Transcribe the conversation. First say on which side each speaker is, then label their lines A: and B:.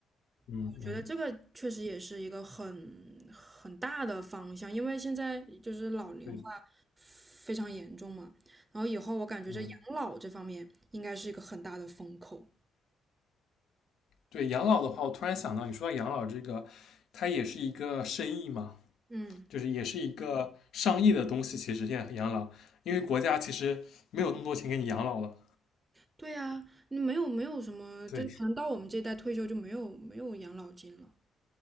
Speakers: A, on the left (about 70°); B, on the right (about 25°).
A: 嗯嗯
B: 我觉得这个确实也是一个很很大的方向，因为现在就是老龄化
A: 对，
B: 非常严重嘛，然后以后我感觉这养老这方面应该是一个很大的风口。
A: 嗯对，养老的话，我突然想到，你说到养老这个，它也是一个生意嘛。
B: 嗯。
A: 就是也是一个上亿的东西，其实现在养老，因为国家其实没有那么多钱给你养老了。
B: 对呀，你没有没有什么，
A: 对，
B: 就是可能到我们这一代退休就没有没有养老金了，